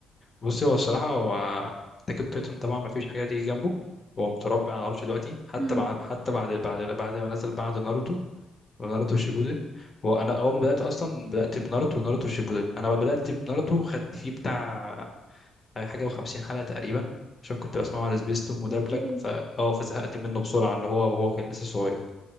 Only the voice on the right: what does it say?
امم
اوكي
<laughs>